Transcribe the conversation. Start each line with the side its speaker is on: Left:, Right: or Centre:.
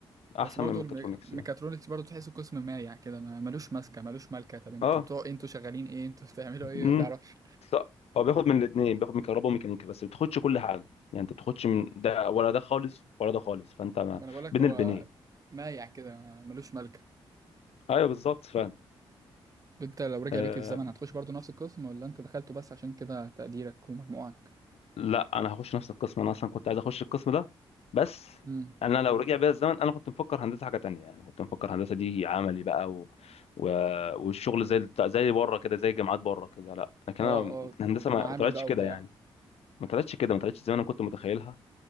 Left: احسن
Right: بس برضو
Left: من ميكاترونكس
Right: الميك- الميكاترونكس
Left: يعني
Right: برضو تحسه قسم مايع كده ما ملوش ماسكة ملوش مالكة طب انتوا
Left: اه
Right: بتوع ايه انتوا شغالين ايه انتوا <laughs> بتعملوا ايه
Left: امم
Right: ما تعرفش
Left: ص- هو بياخد من الاثنين بياخد من كهرباء وميكانيكا بس بتاخدش كل حاجة يعني انت بتاخدش من ده ولا ده خالص ولا ده خالص فانت ما
Right: ما انا بقولك
Left: بين
Right: هو
Left: البنين
Right: مايع كده ملوش مالكة
Left: ايوه بالظبط فعلا
Right: انت لو رجع
Left: آه،
Right: بيك الزمن هتخش برضو نفس القسم ولا انت دخلته بس عشان كده تقديرك ومجموعك
Left: لا انا هخش نفس القسم انا اصلا كنت عايز اخش القسم ده بس
Right: امم
Left: انا لو رجع بيا الزمن انا كنت مفكر هندسه حاجه تانية يعني كنت مفكر هندسه دي عملي بقى و... و... والشغل زي الت- زي بره كده زي الجامعات بره كده لا لكن
Right: اه
Left: انا
Right: اه
Left: الهندسه ما
Right: معامل
Left: ما طلعتش
Right: بقى
Left: كده
Right: وبتاع
Left: يعني ما طلعتش كده ما طلعتش زي ما انا كنت متخيلها